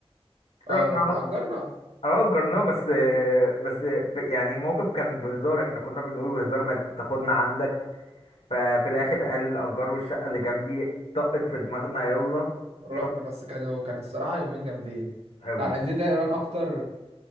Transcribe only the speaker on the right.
اه
ما احنا اجرنا
رحنا
بس كانوا كان الصراحه يومين جامدين
يعني دي تقريبا اكتر